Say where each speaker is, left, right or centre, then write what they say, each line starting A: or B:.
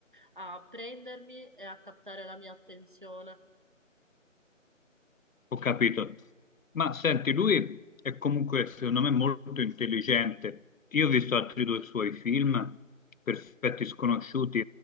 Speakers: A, on the right; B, on the left.
A: a prendermi e a captare la mia attenzione.
B: ho capito. Ma senti, lui è comunque, secondo me, molto intelligente. Io ho visto altri due
A: Sì.
B: suoi film, Perfetti Sconosciuti